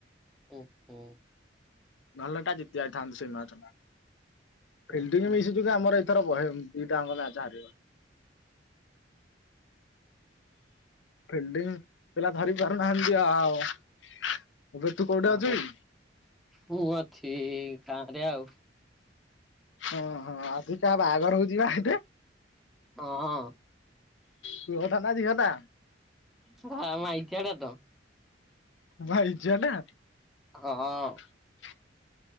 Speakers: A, in the centre; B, on the left.
A: ଉଁ ହୁଁ।
B: ନହେଲେ ଏକା ଜିତି ଯାଇଥାନ୍ତେ ସେ ମ୍ୟାଚ ଟା। ଫିଲ୍ଡି
A: ଉହୁଁ।
B: ମିଶି ଯୁଜେ ଆମର ଏଇଥର ବହେ ଦିଟା ଅଙ୍କ ମ୍ୟାଚ୍ ହାରିଗ ଫିଲ୍ଡିଙ୍ଗ ପିଲା ଧରି ପାରୁନାହାଁନ୍ତି ଆଉ। ଏବେ ତୁ କୋଉଠି
A: ଆଉ
B: ଅଛୁ କି?
A: ମୁଁ ଅଛି ଗାଁରେ ଆଉ।
B: ଓ ହଁ, ଆଜି କାହା ବାହାଘର ହଉଛି ବା ସେଠି?
A: ହଁ।
B: ପୁଅଟା ନା ଝିଅଟା?
A: ଭା ମାଇଚିଆଟା ତ।
B: ଭାଇଚିଆଟା?
A: ହଁ।
B: ହ <unintelligible>